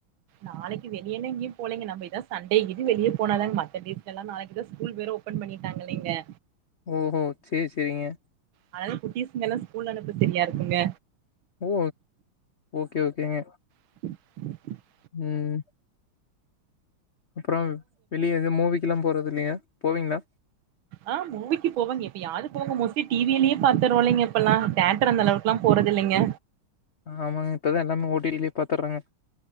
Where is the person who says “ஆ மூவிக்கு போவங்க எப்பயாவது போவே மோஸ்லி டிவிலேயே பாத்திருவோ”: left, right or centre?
Right